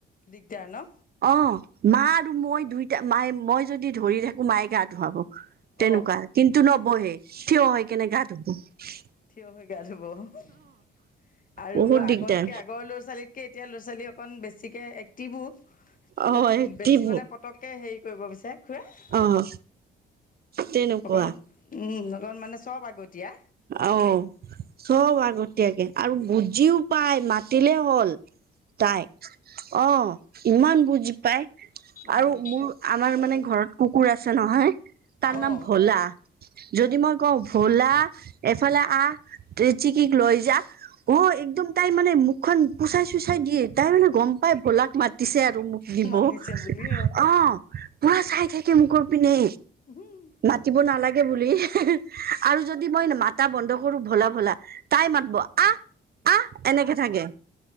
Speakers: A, on the left (about 45°); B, on the right (about 50°).
A: দিগদাৰ ন।
B: অ অ অ, মা আৰু মই দুইটা মায়ে মই যদি ধৰি থাকো মায়ে গা ধুৱাব। কুহু তেনেকুৱা
A: অঁ
B: কিন্তু নবহে সি ই ই থিয় হৈ কেনে গা ধুব সি ই ই।
A: থিয় হৈ গা ধুব আৰু
B: বহুত
A: আগতকে
B: দিগদাৰ
A: আগৰ ল'ৰা-ছোৱালী কে এতিয়া ল'ৰা-ছোৱালী অকন বেছিকে এক্টিভো
B: অ',
A: নাইব
B: এক্টিভ
A: বেছি মানে পতক তাকে হেৰি কৰিব বিচাৰে। খুৰা সেইয়া
B: অ', তেনেকুৱা
A: অকন উম উ উ লগত মানে চব আগতীয়া।
B: আহ, চব আগতীয়াকে আৰু বুজিও পাই মাতিলে হ'ল। তাই ছু ঠু, অ অ অ, ইমান বুজি পায়।
A: উম
B: আৰু মোৰ আমাৰ মানে ঘৰত কুকুৰ আছে নহয় তাৰ
A: অ
B: নাম ভোলা। যদি মই কওঁ ভোলা এফালে আহ তে চিকিক লৈ যা। অ একদম তাই মানে মুখখন পুচাই-চুচাই দিয়ে। তাই মানে গম পাই ভোলাক মাতিছে আৰু মোক দিব
A: মাতিছে
B: অ
A: বুলি
B: অ অ। পুৰা চাই থাকে মুখৰ পিনে।
A: হুম।
B: মাতিব নালাগে বুলি ই হে হি ই আহ আৰু যদি মই নেমা তা বন্ধ কৰো ভোলা ভোলা ই ই ই তাই মাতব আহ। আহ এনেকে থাকে